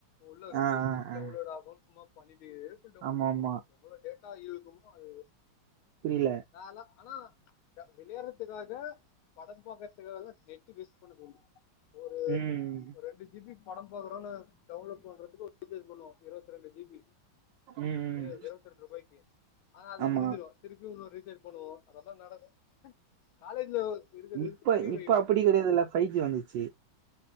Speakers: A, on the left (about 80°); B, on the right (about 75°).
A: உள்ள ரிசோர்சஸ்
B: ஆ ஆ
A: டவுன்லோட்
B: ஆ
A: ஆகு சும்மா பண்ணிட்டு இருப்ப டவுன்லோடு
B: ஆமா ஆமா
A: எவ்ளோ டேட் டா இழுக்குமோ அது
B: புரில
A: நாலா ஆனா வ விளயாட்றத்துகாக படம் பாக்கறத்துகாகல்லா நெட்டு் வேஸ்ட் பண்ணது உண்டு ஒரு
B: ம்
A: ஒரு ரெண்டு ஜிபி படோ பாக்குறோனு டவுன்லோட் பண்றதுக்கு பண்ணுவோ இரவத்தி ரெண்டு ஜிபி
B: ம் ம்
A: ஏ இரவத்தி ரெண்ரூபாய்க்கு ஆனா அது
B: ஆமா
A: முடிஞ்சுரு திருப்பி இன்னெரு ரீசார்ஜ் பண்ணுவோ அதெல்லா நடக்கு காலேஜ்ல இருக்கிறது
B: இப்ப
A: ஃப்ரீ
B: இப்ப
A: வைஃபை
B: அப்டி கடையாதுல்ல ஃபைவ் ஜி வந்துச்சு